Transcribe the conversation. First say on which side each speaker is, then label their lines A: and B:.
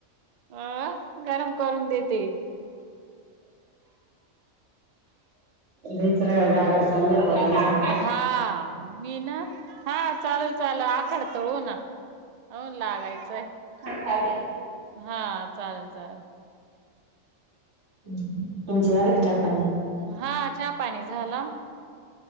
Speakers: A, on the right (about 90°); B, on the right (about 60°).
A: अ गरम करून देते.
B: लईच रडगाग चाललय पोराचं.
A: हा मी ना हा चालेल. चाल आखड तळू ना अन लागायचंय.
B: खाली
A: हा चालतंय.
B: तुमची झाली का चहा पाणी?
A: हा पाणी झाला